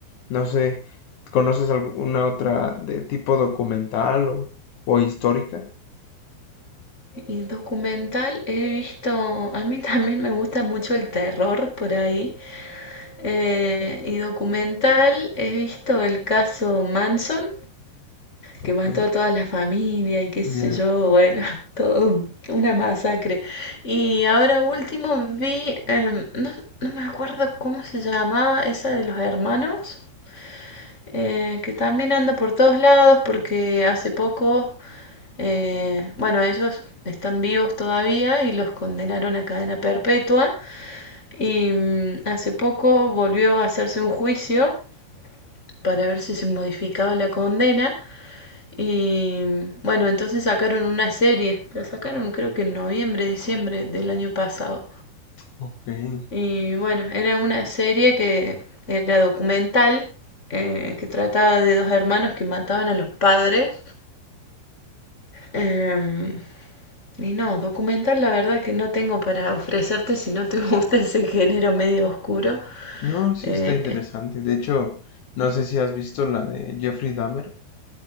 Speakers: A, on the left; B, on the left.
A: no sé, ¿conoces alguna otra de tipo documental o, o histórica?
B: Y documental he visto, a mí <laughs> también me gusta mucho el terror por ahí. eh, y documental he visto el caso Manson, que
A: Ok,
B: mató a toda la familia y qué sé
A: ya,
B: yo, bueno, <laughs> todo un- una masacre. Y ahora último vi, em, no, no me acuerdo cómo se llamaba esa de los hermanos eh, que también anda por todos lados porque hace poco, eh, bueno, ellos están vivos todavía y los condenaron a cadena perpetua y mm, hace poco volvió a hacerse un juicio para ver si se modificaba la condena y mm, bueno, entonces sacaron una serie, la sacaron creo que en noviembre, diciembre del año pasado.
A: ok.
B: Y bueno, era una serie que era documental, eh, que trataba de dos hermanos que mataban a los padres. Em, y no, documental la verdad que no tengo para ofrecerte si no te <laughs> gusta ese género medio oscuro.
A: No, sí
B: Eh,
A: está interesante. De hecho, no sé si has visto la de Jeffrey Dahmer.